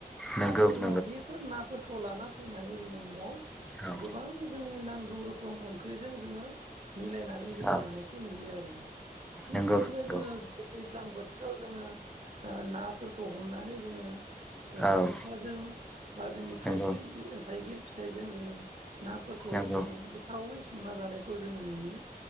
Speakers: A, in the centre; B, on the right.
A: नंगौ
B: आरो जोङो
A: नंगौ
B: बेफोर नाफोरखौ लाना फैनानै जोङो न'आव
A: औ
B: गोबां जोंनि नांगौ रोखोम ओंख्रिजों जोङो मिलायनानै जों
A: औ
B: जानायखौ नुयो आरो। थिग
A: नंगौ
B: बिदिनो
A: नंगौ
B: जोङो गो दैज्लां बोथोराव जोङो ओ नाफोरखौ हमनानै जोङो
A: औ
B: मैथाजों बा जोंनि
A: नंगौ
B: थाइगिर बि थाइगिर फिथाइजों जोङो नाफोरखौ
A: नंगौ
B: जोङो गोथावै संना जानायखौ जोङो नुयो।